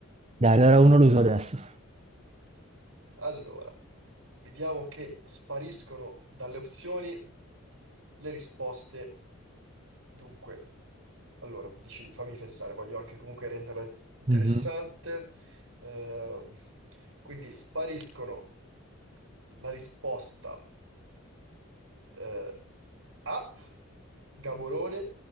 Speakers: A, on the right; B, on the right.
A: Dai, allora uno lo uso adesso.
B: Allora, vediamo che spariscono dalle opzioni le risposte. Dunque, allora, dici, fammi pensare, voglio anche comunque renderla interessante.
A: Mhm.
B: Ehm, quindi spariscono la risposta eh, A, Gaborone,